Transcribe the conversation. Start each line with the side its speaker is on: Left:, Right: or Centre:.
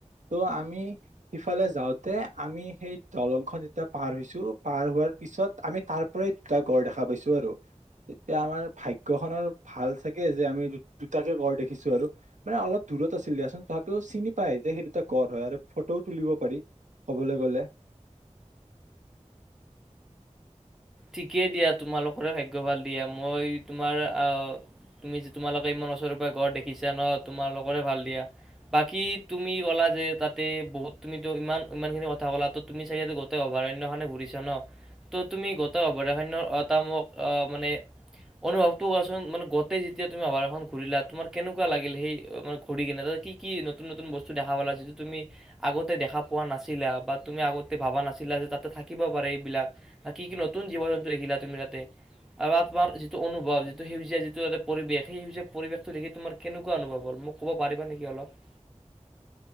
Right: ত' আমি সিফালে যাওঁতে আমি সেই দলংখন যেতিয়া পাৰ হৈছো পাৰ হোৱাৰ পিছত আমি তাৰ পৰাই দুটা গড় দেখা পাইছো আৰু তেতিয়া আমাৰ ভাগ্যয় খনৰ ভাল চাগে যে আমি দুটাকে গড় দেখিছো আৰু মানে অলপ দূৰত আছিল দিয়াচোন তথাতোও চিনি পায় যে সেই দুটা গড় হয় আৰু ফটোও তুলিব পাৰি কবলৈ গলে
Centre: ঠিকেই দিয়া তোমালোকৰে ভাগ্যভাল দিয়া মই তোমাৰ তুমি যে তোমালোকে ইমান ওচৰৰ পৰা গড় দেখিছা ন তোমালোকৰে ভাল দিয়া বাকী তুমি ক'লা যে তাতে বহুত তুমো ইমান ইমান খিনি কথা কলা ত তুমি চাগ গোটেই অভয়াৰণ্যখনে ঘুৰিছা ন ত তুমি অভয়াৰ্য এটা মোক অ মানে অনুভৱটোও কোৱাচোন মানে গোটেই যেতিয়া তুমি অভাৰখন ঘূৰিলা তোমাৰ কেনেকুৱা লাগিল সেই ঘুৰি কিনে ত কি কি নতুন নতুন বস্তু দেখা পালা যিটো তুমি আগতে দেখা পোৱা নাছিলা বা তুমি আগতে ভাবা নাছিলা যে তাতে থাকিব পাৰে এইবিলাক বা কি কি নতুন নতুন জীৱ জন্তু দেখিলা তুমি তাতে আৰু তোমাৰ যিটো অনুভৱ যিটো সেউজীয়া যিটো ত পৰিৱেশ সেই সেউজীয়া পৰিৱেশটো দেখি তোমাৰ কেনেকুৱা অনুভৱ হ'ল মোক ক'ব পাৰিবা নেকি অলপ